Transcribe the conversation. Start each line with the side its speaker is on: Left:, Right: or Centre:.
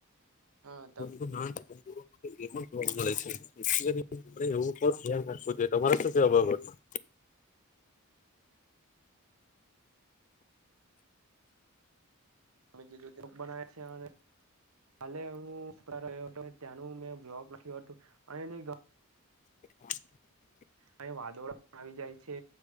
Right: હા ત
Left: રોજ. <unintelligible> જોવા મળે છે. જેથી કરીને એવું પર આપણે ધિયાન રાખવું જોઈએ. તમારે શું કેવાનું આ બાબતમાં.
Right: <unintelligible> કાલે હું ઉપરા રહ્યો હતો ત્યાંનું મેં વ્લોગ લાખિયું હતું. અને
Left: <inaudible>
Right: અને વાદોળો પણ આવી જાય છે